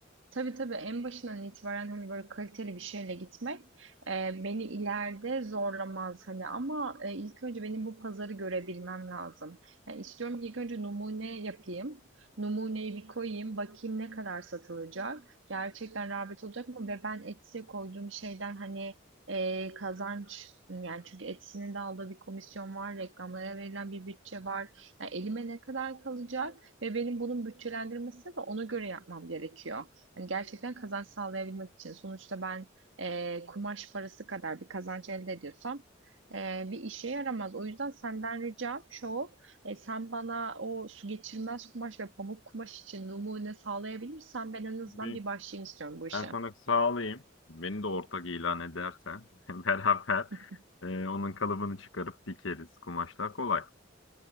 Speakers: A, on the right; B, on the left.
A: Tabii tabii en başından itibaren hani böyle kaliteli bir şeyle gitmek e, beni ileride zorlamaz hani ama e, ilk önce benim bu pazarı görebilmem lazım. Yani istiyorum ki ilk önce numune yapayım. Numuneyi bir koyayım, bakayım ne kadar satılacak. Gerçekten rağbet olacak mı? Ve ben Etsy'e koyduğum şeyden hani e, kazanç yani çünkü Etsy'nin de aldığı bir komisyon var, reklamlara verilen bir bütçe var. Yani elime ne kadar kalacak ve benim bunun bütçelendirmesi de ona göre yapmam gerekiyor. Hani gerçekten kazanç sağlayabilmek için. Sonuçta ben e, kumaş parası kadar bir kazanç elde ediyorsam e, bir işe yaramaz. O yüzden senden ricam şu, e, sen bana o su geçirmez kumaş ve pamuk kumaş için numune sağlayabilirsen ben en azından
B: Büyük.
A: bir başlayayım istiyorum bu işe.
B: Ben sana sağlayayım. Beni de ortak ilan edersen <laughs> beraber
A: <laughs>
B: e, onun kalıbını çıkarıp dikeriz. Kumaşlar kolay.